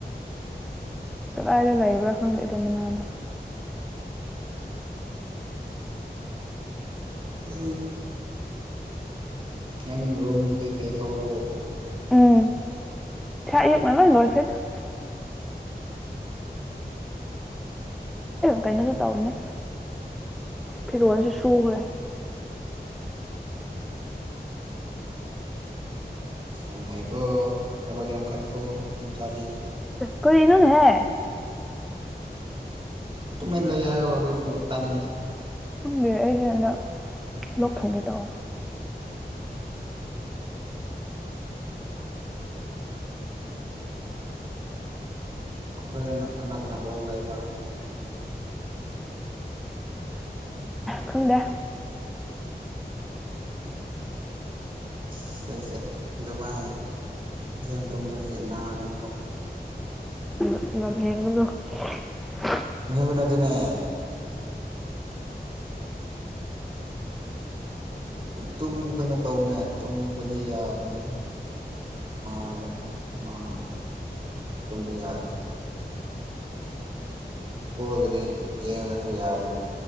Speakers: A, in the centre; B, on the right (about 30°).
A: ꯀꯗꯥꯏꯗ ꯂꯩꯕ꯭ꯔꯥ ꯈꯪꯗꯦꯗꯣ ꯃꯅꯥꯗꯣ
B: ꯎ ꯅꯪ ꯔꯣꯨꯝꯗꯨꯗꯤ ꯇꯩꯊꯣꯛꯑꯕꯣ
A: ꯎꯝ ꯆ ꯑꯌꯨꯕ ꯅꯂꯣꯏ ꯂꯣꯏ ꯈꯥꯏꯗ <inaudible> ꯀꯩꯅꯣꯁꯨ ꯇꯧꯕꯅꯦ ꯐꯤꯔꯣꯟꯜꯁꯨ ꯁꯨꯈ꯭ꯔꯦ
B: ꯎꯝ ꯑꯐꯥꯏꯀꯣ ꯆꯕꯒ ꯌꯥꯝ ꯀꯜꯂꯦꯀꯣꯝ ꯆꯗꯤ
A: ꯀꯣꯏ ꯏꯅꯅ ꯍꯥꯏ
B: ꯇꯨꯃꯤꯟ ꯂꯩ ꯍꯥꯏꯌꯣ ꯑꯗꯨꯁꯨ ꯇꯥꯅꯤꯡꯗꯦ
A: ꯈꯪꯗꯦ ꯑꯩꯁꯦ ꯍꯟꯗꯛ ꯂꯣꯛ ꯊꯨꯡꯒꯦ ꯇꯧꯋꯦ
B: ꯍꯣꯔꯦꯟꯅ ꯀꯅꯥ ꯀꯅꯥ ꯣꯜ ꯂꯏꯕ
A: ꯈꯪꯗꯦ
B: ꯑꯁ ꯑꯩꯁꯦ ꯑꯗꯨꯃꯥꯏꯅ ꯐꯖꯅ ꯇꯨꯝꯗ꯭ꯔꯗꯤ ꯅꯥꯒꯅꯦꯕ
A: <inaudible>
B: ꯃꯤꯕꯅ ꯑꯗꯨꯅꯦ ꯀꯩꯅꯣ ꯇꯧꯕꯅꯦ ꯇꯨꯝꯕꯗꯤ ꯌꯥꯕꯅꯦ ꯑꯗꯣ ꯃꯥ ꯂꯩꯕ ꯃꯥꯅ ꯇꯨꯝꯕ ꯌꯥꯗꯦ ꯄꯣꯒꯗꯤ ꯌꯦꯡꯗ꯭ꯔꯁꯨ ꯌꯥꯕꯅꯤꯅ